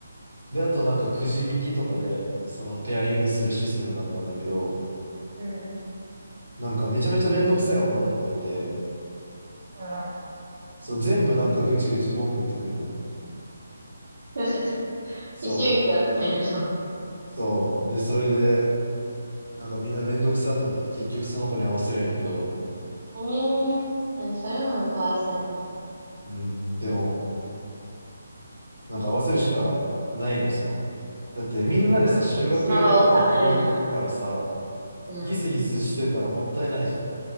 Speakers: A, on the right; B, on the right.
A: で、あとなんかくじ引きとかで、そのペアリングするシステムだったんだけど、
B: うん。
A: なんかめちゃめちゃめんどくさい女の子がいて、
B: <laughs> あら。
A: そう、全部なんかぐちぐち文句言ってくんのよ。
B: <laughs>
A: そう、
B: 一周期やったんやろ。
A: そう。で、それで、なんかみんなめんどくさと思って結局その子に合わせるんやけど、
B: ええなんかそれはなんかかわいそ想やな。
A: うん、でも、なんか合わせるしかないのよ、その。だってみんなでさ、
B: あそこ、
A: 修学旅行行くからさ、
B: その場を収めるにはな。うん。
A: ギスギスしてたらもったいないじゃん。